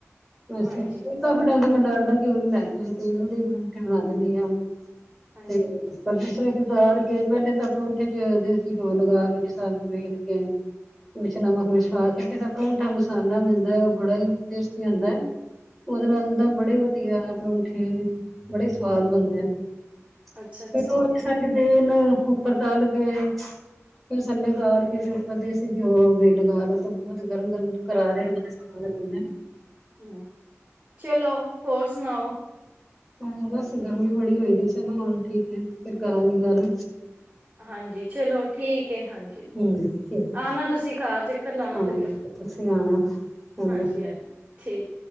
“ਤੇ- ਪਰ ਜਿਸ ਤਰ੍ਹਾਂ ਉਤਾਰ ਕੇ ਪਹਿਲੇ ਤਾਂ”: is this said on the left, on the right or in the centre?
Centre